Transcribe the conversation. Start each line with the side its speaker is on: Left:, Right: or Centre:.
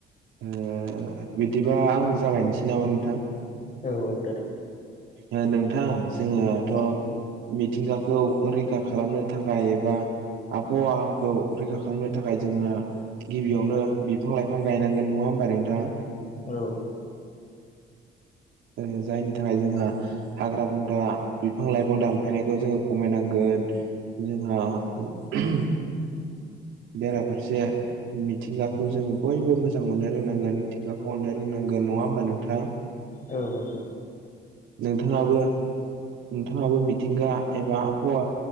Right: ओ बिदिबा आंनो जागायनोसै नामा नोंथां
Left: औ औ दे दे
Right: ओ नोंथां जोङोआथ'
Left: उम
Right: मिथिंगाखौ रैखा खालामनो थाखाय एबा आबहावाखौ रैखा खालामनो थाखाय जोङो गिबियावनो बिफां-लाइफां गायनांगोन नङा होमबा नोंथां
Left: औ
Right: ओ जायनि थाखाय जोंहा हाग्रा बंग्रा बिफां-लाइफां दानफायनायखौ जोङो खमायनांगोन गोन जोंहा बेराफारसे मिथिंगाखौ जोङो बयबो मोजां मोननो रोंनांगोन मिथिंगाखौ अननो रोंनांगोन नङा होमबा नोंथां
Left: औ औ औ
Right: नोंथाङाबो नोंथाङाबो मिथिंगा एबा आबहावा